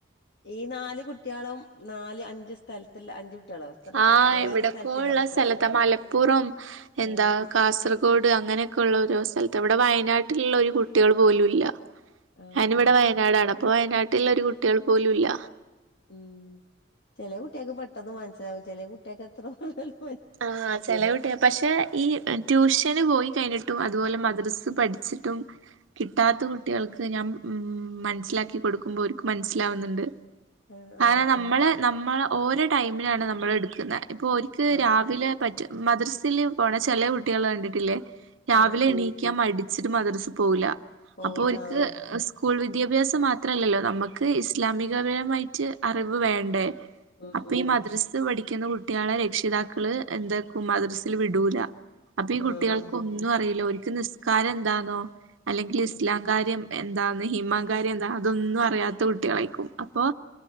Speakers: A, on the left; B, on the right.
A: ഈ നാല് കുട്ടികളും നാല് അഞ്ച് സ്ഥലത്തി അഞ്ച് കുട്ട്യാളോ എത്ര
B: ആഹ്
A: വേറെ വേറെ
B: ഇവിടെക്കള്ള
A: സ്ഥലത്തില്ല കുട്ട്യാളെ
B: സ്ഥലത്തെ മലപ്പുറം എന്താ
A: ആ
B: കാസർഗോഡ അ അങ്ങനൊക്കെയ ഉള്ള ഒരു സ്ഥത്ത്വിടെ ഇടെ വയനാട്ടിലുള്ള ഒരു കുട്ടികൾ പോലുംല്ല
A: ആ
B: ഞാന ഇവിടെ വയനാടാണ് ഇപ്പൊ വയനാട്ടുള്ള ഒരു കുട്ടികൾ പോലുംല്ല
A: ഉം ചെില കുട്ടിയക്ക് പെട്ടെന്ന് മനസ്സിലാവും ചെ കുട്ടികക്ക്െ എത്ര പറ
B: ആഹ ചെില കട്ടിയ പക്ഷെ ഈ ട്യൂഷന് പോയി കഴിഞ്ഞിട്ട് അതുപോലെ മ്ര പഠിച്ചിട്ടും കിട്ടാത്ത കുട്ടികൾക്ക് ഞാൻ ഉ മനസിലാക്ക കൊടുക്കുമ്പോ അവക്ക് മനസ്സിലാവുന്നുണ്ട്
A: ആ
B: കാരണം
A: ആ
B: നമ്മള് നമ്മള് ഓരോ ടൈമിനാണ് നമ്മൾ എടുക്കുന്നത് ഇപ്പൊ ഒക്ക്
A: ആ
B: രാവെ മദ്രസൽ പോണ ചില കുട്ടികൾ കണ്ടിട്ടില്ലേ രാവിലെ
A: ആ
B: എണീക്കാൻ മ ിട്ട് മദ്ര പോവില്ല
A: പോവൂല
B: അപ്പൊ ഒക്ക്
A: ആ
B: സ്കൂൾ വിദ്യാഭ്യാസം മാത്രല്ലല്ലോ നമുക്ക് ഇസ്ലാമികപരമായിട്ട് അറിവ് വേണ്ടേ
A: ഉം
B: അപ്പൊ
A: ഉം
B: ഈ മദ്രസ് പഠിക്ക ുന്ന കുട്ടികളെ രക്ഷിതാക്കള് എന്താ മദ്രസിൽ വിടൂല അപ്പൊ ഈ കുട്ടികൾക്ക്
A: ആഹ്
B: ഒന്നും അറിയില്ലോ ഒരിക്ക നിസ്കാരം എന്താന്നോ അല്ലെങ്കിൽ
A: ഉം
B: ഇസ്ലാംകാര്യം എന്താന്ന് ഹിമാകാരി എന്താ അതൊന്നും അറിയാത്ത കുട്ടികളായിക്കും അപ്പൊ